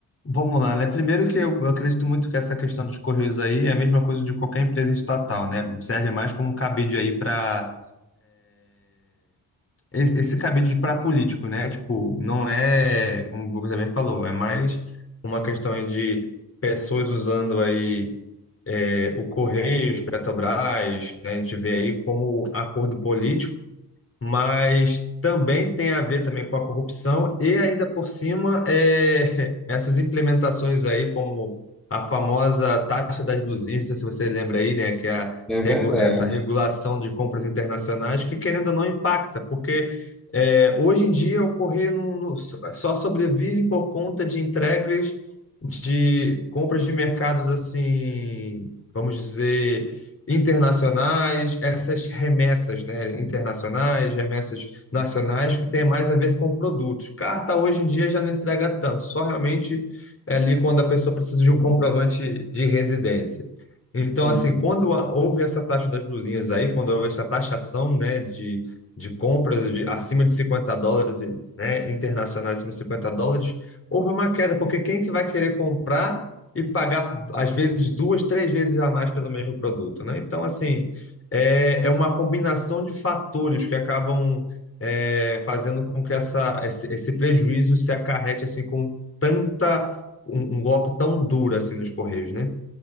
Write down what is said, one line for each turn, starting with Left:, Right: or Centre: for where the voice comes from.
Left: Vamos lá, né? Primeiro que eu eu acredito muito que essa questão dos correios aí é a mesma coisa de qualquer empresa estatal, né? Serve mais como cabide aí para esse cabide para político, né? Tipo, não é, como você bem falou, é mais uma questão aí de pessoas usando aí é, o Correios, Petrobras, né? A gente vê aí como acordo político mas também tem a ver também com a corrupção e ainda por cima é, <laughs> essas implementações aí como a famosa taxa das blusinhas, não sei se você lembra aí, né, que é a,
Centre: É
Left: regu-
Centre: verdade.
Left: essa regulação de compras internacionais que querendo ou não impacta, porque é, hoje em dia o correio não- não- só sobrevive por conta de entregas de compras de mercados assim, vamos dizer internacionais, essas remessas, né, internacionais, remessas nacionais, que tem mais a ver com produtos. Carta hoje em dia já não entrega tanto, só realmente é ali quando a pessoa precisa de um comprovante de residência. Então,
Centre: Sim.
Left: assim, quando a- houve essa taxa das blusinhas aí, quando houve essa taxação, né, de, de compras de, acima de 50 dólares, e, né, internacionais acima de 50 dólares, houve uma queda, porque quem que vai querer comprar e pagar, às vezes, duas, três vezes a mais pelo mesmo produto, né? Então, assim, é, é uma combinação de fatores que acabam é, fazendo com que essa, esse, esse prejuízo se acarrete, assim, com tanta, um, um golpe tão duro, assim, nos Correios, né?